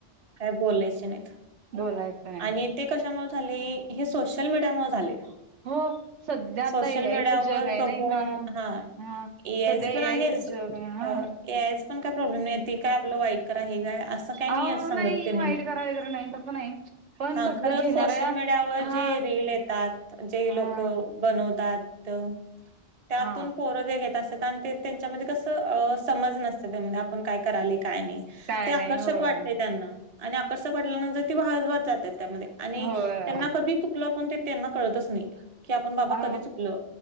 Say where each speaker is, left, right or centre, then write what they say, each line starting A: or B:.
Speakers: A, on the right; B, on the right.
A: काय बोलायचे नाहीत.
B: बोलायच ये.
A: आणि ते कशामुळे झाले हे सोशल मीडियामुळे झाले.
B: हो सध्या आता
A: सोशल
B: ए आय
A: मीडियावर,
B: चं जग आहे
A: बघून
B: नाही का?
A: हं
B: हा
A: ए आय
B: सध्या
A: च पण आहेच,
B: चं जग आहे हा.
A: ए आयच पण काय प्रॉब्लेम नही, ते काय आपलं वाईट करा, हे काय, अस काय नही
B: अहो
A: असं
B: नाही
A: समजत त्यांनी,
B: वाईट करा वगैरे नाही तसं नाही पण
A: हं
B: कसं
A: खरं
B: घेणाऱ्या
A: सोशल मीडियावर,
B: हा
A: जे रील ये तात, जे
B: हा
A: लोकं बनवतात, त त्यातून
B: हा
A: पोरं जे घेत कारण, ते त्यांच्यामध्ये कसं, समज नसतं, त्यान आपण काय कराले, काय नही.
B: काय
A: ते आकर्षक
B: नाही होय
A: वाटतय, त्यांना. आणि आकर्षक वाटल्यानंतर, ती वाहज- वाहत जातात, त्यामध्ये आणि
B: होय
A: त्यांना कधीच चुकलं, पण ते त्यांना कळतच नही, की आपण बाबा
B: अ
A: कधी चुकलं,